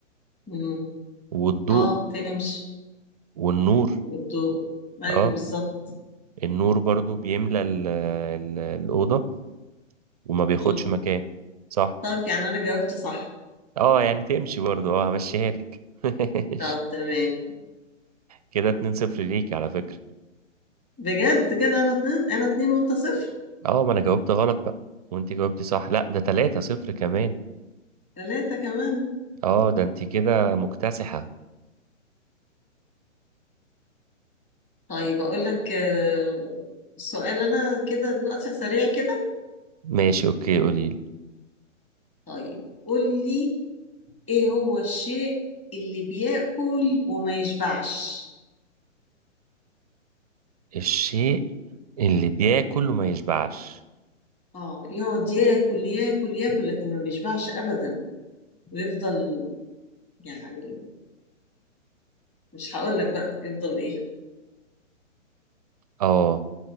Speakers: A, on the left; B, on the right.
A: مم.
B: والضوء
A: اه تمشي
B: والنور
A: والضوء ايوه
B: اه
A: بالظبط
B: النور برضو بيملى ال- ال- الأوضة وما بياخدش
A: اه
B: مكان صح
A: طب يعني انا جاوبت صح
B: اه يعني تمشي برضو اه همشيها لك <laughs>
A: طب تمام
B: كده 2 صفر ليك على فكرة
A: <laughs> بجد كده انا اتنين انا اتنين وانت صفر
B: اه ما انا جاوبت غلط بقى وانت جاوبتي صح لا ده 3 صفر كمان
A: ثلاثة كمان
B: اه ده انت كده مكتسحة
A: طيب اقول لك آه، سؤال انا كده دلوقتي سريع كده
B: ماشي اوكي قوليلي
A: طيب قول لي ايه هو الشيء اللي بياكل وما يشبعش
B: الشيء اللي بياكل وما يشبعش
A: اه يقعد ياكل ياكل ياكل لكن ما بيشبعش ابدا ويفضل يعني مش هقول لك بقى يفضل ايه
B: اه